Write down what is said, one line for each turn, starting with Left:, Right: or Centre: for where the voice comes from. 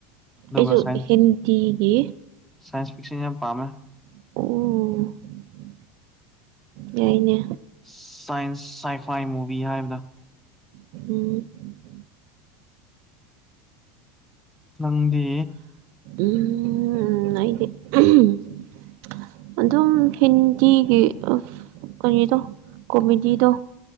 Centre: ꯑꯗꯨꯒ
Right: ꯑꯩꯁꯨ
Centre: ꯁꯥꯏꯟꯁ
Right: ꯍꯤꯟꯗꯤꯒꯤ
Centre: ꯁꯥꯏꯟꯁ ꯐꯤꯛꯁꯟ ꯌꯥꯝ ꯄꯥꯝꯃꯦ
Right: ꯑꯣ ꯌꯥꯏꯅꯦ
Centre: ꯁꯥꯏꯟꯁ ꯁꯥꯏꯐꯥꯏ ꯃꯨꯚꯤ ꯍꯥꯏꯕꯗ‌ꯣ
Right: ꯎꯝ
Centre: ꯅꯪꯗꯤ
Right: ꯎꯝ ꯑꯩꯗꯤ <unintelligible> ꯑꯗꯨꯝ ꯍꯤꯟꯗꯤꯒꯤ ꯑꯥ ꯀꯔꯤꯗ‌ꯣ ꯀꯣꯃꯦꯗꯤꯗ‌ꯣ